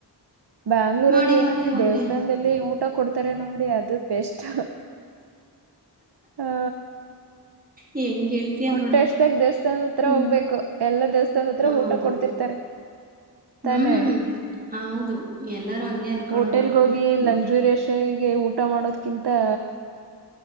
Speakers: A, on the right; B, on the right.
A: ಬ್ಯಾಂಗ್ಳೂರಲ್ಲಿ
B: ಮಾಡಿ
A: ಏನಂದ್ರೆ
B: ಮಾಡಿ ಅವ್ರಿಗೆ
A: ದೇವಸ್ಥಾನದಲ್ಲಿ ಊಟ ಕೊಡ್ತಾರೆ ನೋಡಿ ಅದ ದು ಬೆಸ್ಟ್ ಹಾ
B: ಹೆಂಗೆ ಹೇಳ್ತೀಯ
A: ಹೊಟ್ಟೆ
B: ನೋಡು
A: ಹಸ್ದಾಗ್ ದೇವಸ್ಥಾನದ ಹತ್ರ
B: ಹ್ಞೂ
A: ಹೋಗ್ಬೇಕು ಎಲ್ಲ ದೇವಸ್ಥಾನ ಹತ್ರ
B: ಹೌದು
A: ಊಟಾ ಕೊಡ್ತಿರ್ತಾರೆ
B: ಹ್ಞೂ
A: ತಾನೆ
B: ಹೌದು ಎಲ್ಲರೂ ಹಂಗೆ ಅಂದ್ಕೊಳ್ಳೋದು
A: ಹೋಟೆಲ್ಗ ಹೋಗಿ
B: ಹ್ಞೂ
A: ಲಕ್ಸುರಿಯಸ್ ಆಗಿ ಏ ಊಟ ಮಾಡೋದ್ಕಿಂತಾ